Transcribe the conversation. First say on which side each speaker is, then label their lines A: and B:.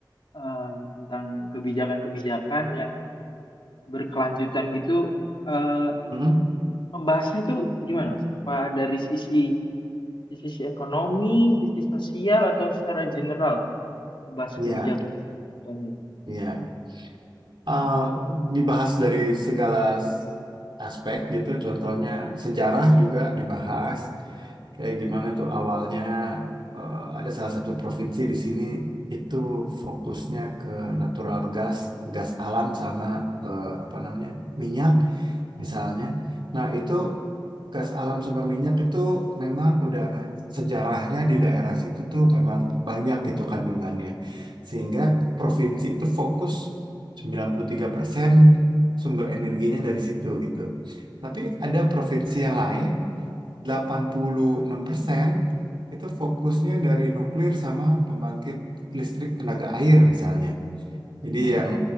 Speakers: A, on the left; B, on the right.
A: eh, tentang kebijakan-kebijakan yang berkelanjutan gitu. Eh,
B: Hmm.
A: ngebahasnya itu gimana Mas? Apa dari sisi sisi ekonomi, sisi sosial atau secara general ngebahas
B: ya.
A: kebijakan kebijakan itu?
B: iya. eh, dibahas dari segala s- aspek gitu. Contohnya sejarah juga dibahas kayak gimana tuh awalnya eh, ada salah satu provinsi di sini itu fokusnya ke natural gas, gas alam sama eh, apa namanya minyak misalnya. Nah, itu gas alam sama minyak itu memang udah sejarahnya di daerah situ tuh memang banyak gitu kandungannya. Sehingga provinsi itu fokus 93% sumber energinya dari situ gitu. Tapi ada provinsi yang lain 86% itu fokusnya dari nuklir sama pembangkit listrik tenaga air misalnya. Jadi
A: Mm.
B: yang